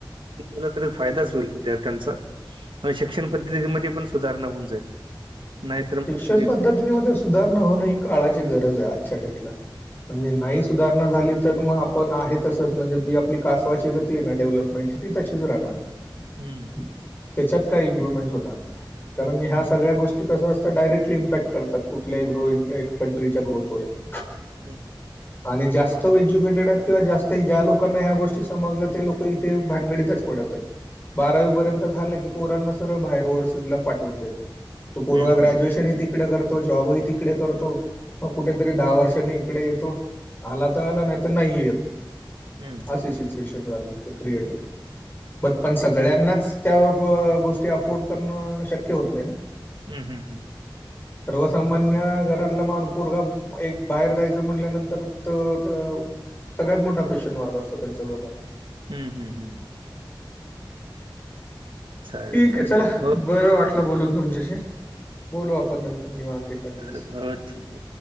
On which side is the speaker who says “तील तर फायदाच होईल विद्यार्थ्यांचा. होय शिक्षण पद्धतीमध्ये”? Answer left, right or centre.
Right